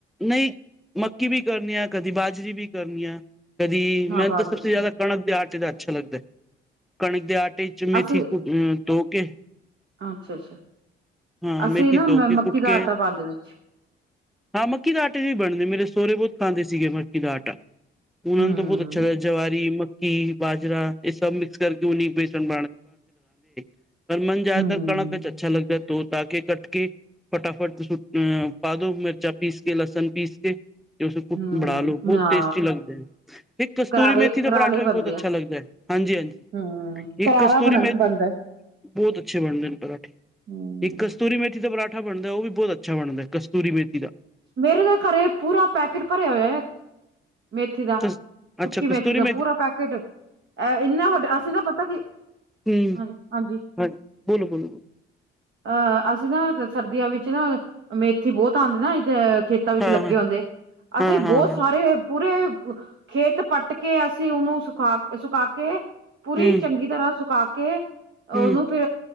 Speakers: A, in the centre; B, on the right.
A: ਨਈ ਮੱਕੀ ਵੀ ਕਰਨੀ ਆ ਕਦੀ ਬਾਜਰੀ ਵੀ ਕਰਨੀ ਆ, ਕਦੀ
B: ਹਾਂ
A: ਮੈਂਨੂੰ
B: ਬਾਜਰੇ
A: ਤਾਂ ਸਬ ਤੇ ਜਾਦਾ
B: ਦੀ,
A: ਕਨਕ ਦੇ ਆਟੇ ਦਾ ਅੱਛਾ ਲੱਗਦੈ, ਕਨਕ ਦੇ ਆਟੇ ਚ ਮੇਥੀ
B: ਅਸੀਂ
A: ਅ ਧੋ ਕੇ
B: ਅੱਛਾ-ਅੱਛਾ,
A: ਹਾਂ
B: ਅਸੀ
A: ਮੇਥੀ
B: ਨਾ
A: ਧੋ ਕੇ
B: ਮੱਕੀ
A: ਕੁੱਟ
B: ਦਾ
A: ਕੇ
B: ਆਟਾ ਪਾਂਦੇ ਵਿੱਚ
A: ਹਾਂ ਮੱਕੀ ਦਾ ਆਟੇ ਦੀ ਵੀ ਬਣਦੀ, ਮੇਰੇ ਸੋਰੇ ਬੋਤ ਖਾਂਦੇ ਸੀਗੇ ਮੱਕੀ ਦਾ ਆਟਾ, ਉਨਾਂ
B: ਹੂੰ
A: ਨੂੰ ਤਾਂ ਬੋਤ ਜਵਾਰੀ, ਮੱਕੀ, ਬਾਜਰਾ ਏ ਸਬ ਮਿਕਸ ਕਰਕੇ ਉਨੀ ਬੇਸਨ <unintelligible> ਪਰ ਮਨ ਜਾਦਾਤਰ
B: ਹੂੰ
A: ਕਨਕ ਏਚ ਅੱਛਾ ਲਗਦਾ ਏ ਤੋ ਪਾ ਕੇ, ਕੱਟ ਕੇ ਫਟਾਫਟ ਅ ਪਾਦੋ ਮਿਰਚਾ ਪੀਸ ਕੇ, ਲਸਨ ਪੀਸ ਕੇ ਉਸ ਨੂੰ ਕੁੱਟ
B: ਹੂੰ
A: ਬਨਾ ਲੋ ਬੋਤ
B: ਹਾਂ
A: ਟੇਸਟੀ ਲਗਦੇਨ, ਹਿੱਕ ਕਸਤੂਰੀ
B: ਕਰਾਰੇ
A: ਮੇਥੀ ਦਾ
B: ਕਰਾਲੇ
A: ਪਰਾਂਠਾ ਵੀ
B: ਬਣਦੇ
A: ਬੋਤ ਅੱਛਾ
B: ਆ
A: ਲੱਗਦੈ। ਹਾਂਜੀ-ਹਾਂਜੀ,
B: ਹੂੰ
A: ਹਿੱਕ
B: ਕਰਾਰਾ
A: ਕਸਤੂਰੀ
B: ਬਣ
A: ਮੇਥੀ
B: ਬਣਦਾ
A: ਬੋਤ ਅੱਛੇ ਬਣਦੇ ਨੇ ਪਰਾਂਠੇ
B: ਹੂੰ
A: ਇੱਕ ਕਸਤੂਰੀ ਮੇਥੀ ਦਾ ਪਰਾਂਠਾ ਬਣਦੈ, ਓ ਵੀ ਬੋਤ ਅੱਛਾ ਬਣਦੈ ਕਸਤੂਰੀ ਮੇਥੀ ਦਾ
B: ਮੇਰੇ ਤਾ ਖਰੇ ਪੂਰਾ ਪੈਕੇਟ ਭਰੇਆ ਹੋਏਯੈ ਮੇਥੀ ਦਾ,
A: ਕਸ
B: ਸੁੱਕੀ
A: ਅੱਛਾ
B: ਮੇਥੀ
A: ਕਸਤੂਰੀ
B: ਦਾ ਪੂਰਾ ਪੈਕੇਟ ਐ ਇੰਨਾ ਵੱਡ ਅਸੀ ਨਾ ਪਤਾ ਕੀ
A: ਹੂੰ,
B: ਹਾਂਜੀ-ਹਾਂਜੀ
A: ਅ ਬੋਲੋ-ਬੋਲੋ, ਬੋਲੋ।
B: ਅ ਅਸੀ ਨਾ ਰ ਸਰਦੀਆਂ ਵਿੱਚ ਨਾ ਮੇਥੀ ਬੋਤ ਆਂਦੀ ਨਾ ਅ ਖੇਤਾਂ ਵਿੱਚ
A: ਹਾਂ
B: ਲੱਗੇ
A: ਹਾਂ
B: ਹੁੰਦੇ,
A: ਹਾਂ
B: ਅਸੀ
A: ਹਾਂ
B: ਬੋਤ
A: ਹਾਂ
B: ਸਾਰੇ ਪੂਰੇ ਅ ਖੇਤ ਪੱਟ ਕੇ ਅਸੀ ਓਨੂੰ ਸੁਖਾ ਸੁਕਾ ਕੇ ਪੂਰੀ
A: ਹੂੰ
B: ਚੰਗੀ ਤਰਾਂ ਸੁਕਾ ਕੇ
A: ਹੂੰ
B: ਓਨੂੰ ਫੇ